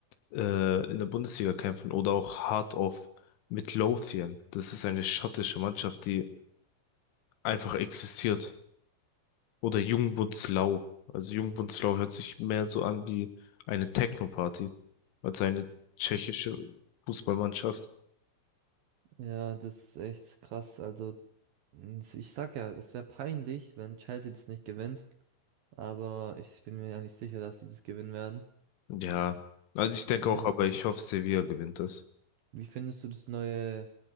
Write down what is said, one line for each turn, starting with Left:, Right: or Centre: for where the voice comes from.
Left: äh, in der Bundesliga kämpfen oder auch Heart of Midlothian. Das ist eine schottische Mannschaft, die einfach existiert. Oder Jungbundslau. Also Jungbundslau hört sich mehr so an wie eine Techno-Party als eine tschechische Fußballmannschaft.
Right: ja, das ist echt krass. Also n- ich sag ja, es wäre peinlich, wenn Chelsea das nicht gewinnt. Aber ich bin mir ja nicht sicher, dass sie das gewinnen werden.
Left: Ja, also ich denke
Right: Ähm,
Left: auch, aber ich hoffe, Sevilla gewinnt das.
Right: Wie findest du das neue